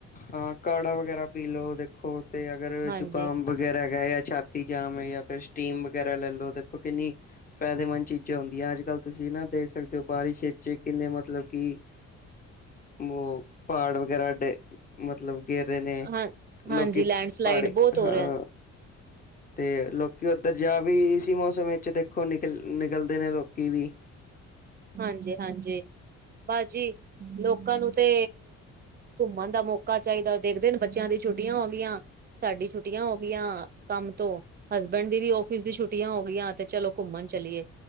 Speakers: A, on the left (about 30°); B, on the right (about 30°).
A: ਹਾਂ ਕਾੜਾ ਵਗੈਰਾ ਪੀ ਲੋ ਦੇਖੋ ਤੇ ਅਗਰ
B: ਹਾਂਜੀ
A: ਜ਼ੁਕਾਮ ਵਗੈਰਾ ਹੈਗਾ ਜਾਂ ਛਾ ਤੀ ਜਾਂਮ ਐ ਜਾ ਫਿਰ ਸਟੀਮ ਵਗੈਰਾ ਲੈ ਲੋ ਦੇਖੋ ਕਿੰਨੀ ਫ਼ਾਇਦੇਮੰਦ ਚੀਜ਼ਾਂ ਹੁੰਦੀਆਂ ਅੱਜ-ਕੱਲ ਤੁਸੀਂ ਨਾ ਦੇਖ ਸਕਦੇ ਓ ਬਾਰਿਸ਼ ਵਿੱਚ ਕਿੰਨੇ ਮਤਲਬ ਕੀ ਬੋ ਪਹਾੜ ਵਗੈਰਾ ਡੇ ਮਤਲਬ ਗੇਰ ਰਹੇ ਨੇ
B: ਹਾਂ ਹਾਂਜੀ
A: ਲੋਕੀ
B: ਲੈਂਡਸਲਾਈਡ
A: ਪਾਹੜੀ
B: ਬਹੁਤ ਹੋ
A: ਹਾਂ
B: ਰਿਹਾ
A: ਤੇ ਲੋਕੀ ਉੱਧਰ ਜਾ ਵੀ ਇਸੀ ਮੌਸਮ ਵਿੱਚ ਦੇਖੋ ਨਿਕਲ ਨਿਕਲਦੇ ਨੇ ਲੋਕੀ ਵੀ <inaudible>
B: ਹਾਂਜੀ ਹਾਂਜੀ ਬਸਜੀ ਲੋਕਾਂ ਨੂੰ ਤੇ ਘੁੰਮਣ ਦਾ ਮੌਕਾ ਚਾਹੀਦਾ, ਉਹ ਦੇਖਦੇ ਨੇ ਬੱਚਿਆਂ ਦੀ ਛੁੱਟੀਆਂ ਹੋ ਗਈਆਂ ਸਾਡੀ ਛੁੱਟੀਆਂ ਹੋ ਗਈਆਂ ਕੰਮ ਤੋਂ ਹਸਬੈਂਡ ਦੀ ਵੀ ਔਫਿਸ ਦੀ ਛੁੱਟੀਆਂ ਹੋ ਗਈਆਂ, ਤੇ ਚਲੋ ਘੁੰਮਣ ਚਲੀਏ